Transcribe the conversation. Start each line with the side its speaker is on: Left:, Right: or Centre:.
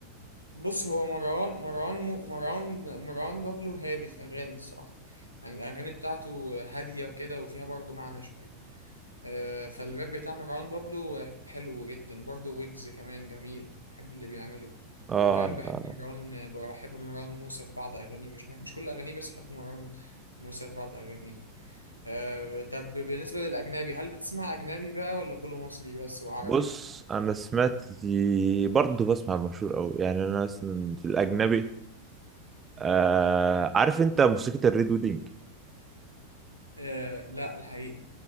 Left: بص هو مروان مروان م... مروان مروان بابلو هادي في أغاني الصراحة يعني الأغاني بتاعته هادية كده وفيها برضه معنى شوية آه، فالراب بتاع مروان بابلو حلو جدا برضه ويجز كمان جميل بحب اللي بيعمله
Right: اه
Left: وكمان
Right: لا.
Left: بحب مروان بحب مروان موسى في بعض أغانيه مش مش كل أغانيه بس بحب مروان موسى في بعض أغانيه آه، طب بالنسبة للأجنبي هل بتسمع أجنبي بقى ولا كله مصري بس وعربي؟
Right: بص انا سمعت برضه بسمع مشهور قوي يعني انا مثلا في الاجنبي آه عارف انت موسيقى الريد ويدنج
Left: آه، لا الحقيقة